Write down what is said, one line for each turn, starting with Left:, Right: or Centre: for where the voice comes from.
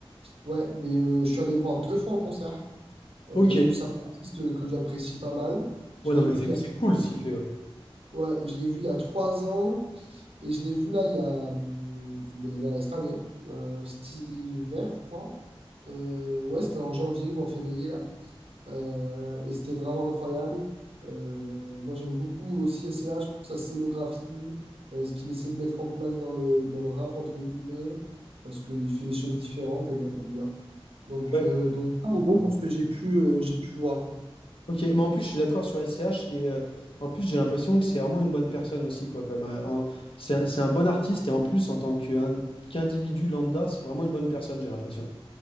Right: Ouais, mais euh, je suis allé le voir deux fois en concert. euh,
Left: Ok.
Right: parce que c'est un artiste que j'apprécie pas mal.
Left: Ouais,
Right: Je
Left: non,
Right: l'ai
Left: mais
Right: vu
Left: c'est
Right: il y a,
Left: c'est cool ce qu'il fait, ouais.
Right: ouais, je l'ai vu il y a trois ans et je l'ai vu là il y a hum, là, cette année, euh, cet hiver, je crois. Euh, ouais, c'était en janvier ou en février là. Euh, et c'était vraiment incroyable. Euh, moi, j'aime beaucoup aussi S C H pour sa scénographie, euh, ce qu'il essaie de mettre en place dans le, dans le rap, entre guillemets, parce qu'il fait des choses différentes et moi, j'aime bien. Donc,
Left: Ouais.
Right: euh, donc, ça, en gros, pour ce que j'ai pu, euh, j'ai pu voir.
Left: Ok, mais en plus, je suis d'accord sur SCH. Et euh, en plus, j'ai l'impression que c'est vraiment une bonne personne aussi, quoi. Comme, euh, en- c'est un, c'est un bon artiste. Et en plus, en tant que- un- qu'individu lambda, c'est vraiment une bonne personne, j'ai l'impression.